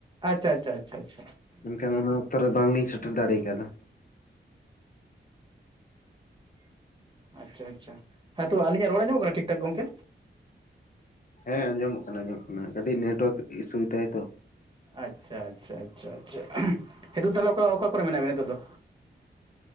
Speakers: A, on the right; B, on the left.
A: ᱟᱪᱪᱷᱟ ᱟᱪᱪᱷᱟ ᱟᱪᱪᱷᱟ ᱟᱪᱪᱷᱟ
B: ᱢᱮᱱᱠᱷᱟᱱ ᱚᱱᱟ ᱚᱠᱛᱚ ᱨᱮ ᱵᱟᱝᱞᱤᱧ ᱥᱮᱴᱮᱨ ᱫᱟᱲᱮ ᱟᱠᱟᱣᱫᱟ᱾
A: ᱟᱪᱪᱷᱟ ᱟᱪᱪᱷᱟ ᱦᱮᱸ ᱛᱚ ᱟᱹᱞᱤᱧᱟᱜ ᱨᱚᱲ ᱧᱟᱢᱚᱜ ᱠᱟᱱᱟ ᱴᱷᱤᱠ ᱴᱷᱟᱠ ᱜᱚᱝᱠᱮ?
B: ᱦᱮᱸ ᱟᱸᱡᱚᱢᱚᱜ ᱠᱟᱱᱟ ᱟᱸᱡᱚᱢᱚᱜ ᱠᱟᱱᱟ ᱠᱟᱹᱴᱤᱡ ᱱᱮᱴᱳᱣᱟᱨᱠ ᱤᱥᱩᱭᱫᱟᱭ ᱛᱚ᱾
A: ᱟᱪᱪᱷᱟ, ᱟᱪᱪᱷᱟ, ᱟᱪᱷᱟ, ᱟᱪᱷᱟ ᱦᱤᱛᱳ ᱛᱟᱦᱞᱮ ᱚᱠᱟ-ᱚᱠᱟ ᱠᱚᱨᱮ ᱢᱮᱱᱟᱜ ᱵᱮᱱᱟ ᱱᱤᱛᱚᱜ ᱫᱚ?